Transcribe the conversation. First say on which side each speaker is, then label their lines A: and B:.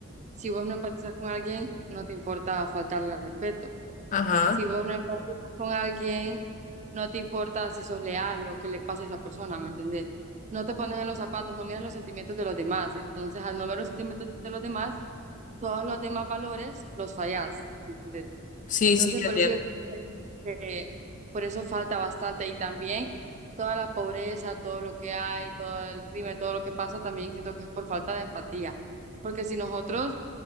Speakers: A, on the right; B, on the left.
A: Si vos no empatizas con alguien, no te importa faltarle al respeto.
B: Ajá,
A: Si vos no empatizas con alguien, no te importa si sos leal, lo que le pasa a esa persona, ¿me entendés? No te pones en los zapatos, no miras los sentimientos de los demás. Entonces, al no ver los sentimientos de los demás, todos los demás valores los fallás, ¿entendés?
B: sí,
A: Entonces,
B: sí, te
A: por
B: entiendo.
A: eso yo creo que por eso falta bastante y también toda la pobreza, todo lo que hay, todo el crimen, todo lo que pasa, también siento que es por falta de empatía, porque si nosotros